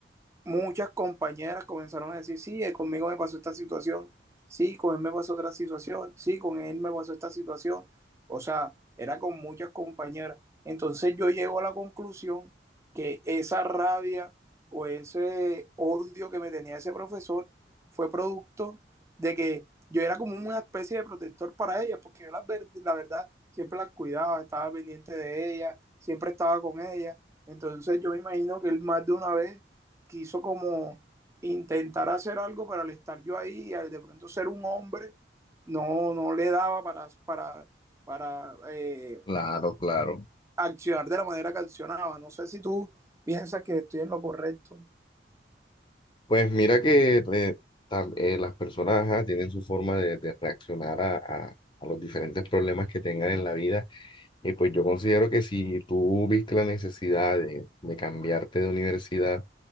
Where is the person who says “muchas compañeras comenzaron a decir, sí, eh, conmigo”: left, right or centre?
Right